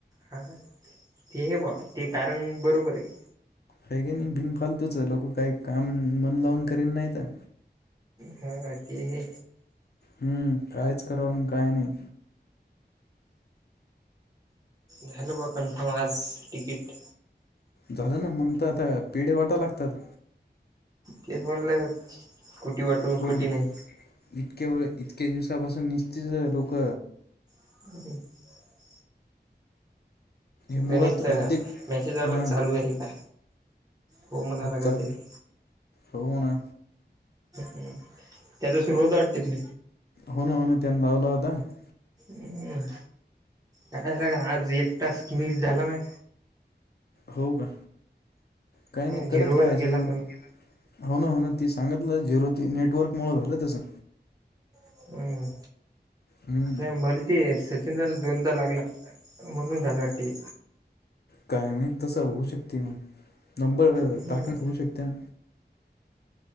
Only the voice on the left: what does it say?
का काय नाही बिनफालतोच आहे लोक काही काम मन लावून करेन नाही तर
हम्म कायच करावून काय नाही
झालं ना मग तर आता पेढ वाटा लागतात.
हो
इतके वे इतक्या दिवसापासून निशतीच लोक
मुळात
अधिक
हा
चाल
हो ना
होन होन तेनं <unintelligible>
हो का काही नाही
करत राहायचं
एवढं हो ना हो ना ती सांगितलं झेरो त नेटवर्कमुळेळ झालं तसं
हम्म
कायम माहित तस होऊ शकते नंबर
टाकण्यात होऊ शकते.